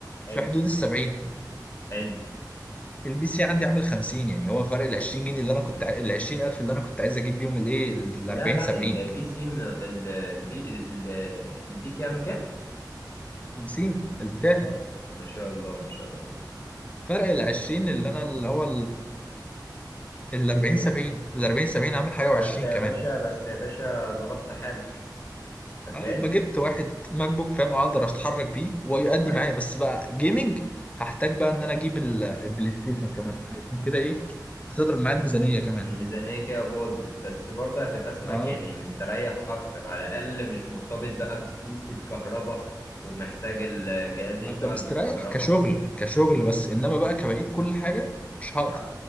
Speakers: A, on the left; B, on the left.
A: حلو
B: في حدود ال 70
A: حلو
B: البي سي عندي عامل 50 يعني هو فرق ال 20 جنيه اللي انا كنت ال 20000 اللي انا كنت عايز اجيب بيهم الايه ال
A: لا
B: 40
A: لا
B: 70
A: البي سي م- ال- البي ال- البي سي عامل كام
B: 50 البدائي
A: اه ما شاء الله ما شاء الله
B: فرق ال 20 اللي انا اللي هو ال 40
A: اي
B: 70 ال 40 70 عامل حاجه
A: بس
B: و20
A: يا
B: كمان
A: باشا بس يا باشا ظبطت حالك انت
B: انا
A: فاهم
B: بقى جبت واحد ماك بوك فاهم اقدر اتحرك بيه ويؤدي
A: اي
B: معايا بس بقى جيمنج هحتاج بقى ان انا اجيب ال- البلاي ستيشن كمان هيكون كده ايه هتضرب معايا الميزانيه كمان
A: الميزانية كده باظت بس برضه هتبقى اسمك
B: اه
A: يعني مستريح اكتر على الاقل مش مرتبط بقى بفيشة كهرباء ومحتاج الجهاز يشتغل
B: هبقى مستريح
A: بالكهرباء
B: كشغل
A: وكده
B: كشغل بس انما بقى كبقيت كل حاجه مش هقدر
A: على-